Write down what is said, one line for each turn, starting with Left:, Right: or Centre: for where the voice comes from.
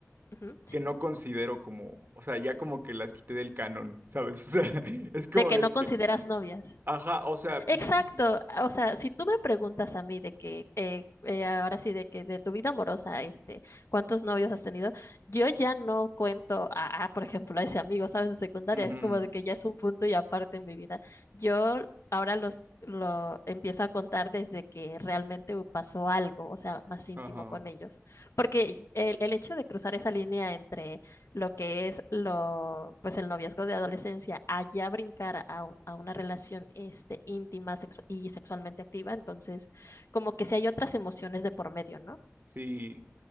Left: Ujú, sí.
Right: que no considero como, o sea, ya como que las quité del canon, ¿sabes? <laughs> O sea, es como
Left: De que
Right: de
Left: no
Right: que,
Left: consideras novias.
Right: ajá, o sea,
Left: Exacto,
Right: y sí,
Left: o sea, si tú me preguntas a mí de que, eh, eh, ahora sí, de que de tu vida amorosa, este, ¿cuántos novios has tenido? Yo ya no cuento a, a, por ejemplo, a ese amigo, ¿sabes? De secundaria,
Right: ujú,
Left: es como de que ya es un punto y aparte en mi vida. Yo ahora los, lo empiezo a contar desde que realmente pasó algo, o sea, más íntimo
Right: ajá,
Left: con ellos, porque el, el hecho de cruzar esa línea entre lo que es lo, pues el noviazgo de adolescencia, allá brincar a, a una relación este, íntima sexu- y sexualmente activa, entonces como que si hay otras emociones de por medio, ¿no?
Right: sí,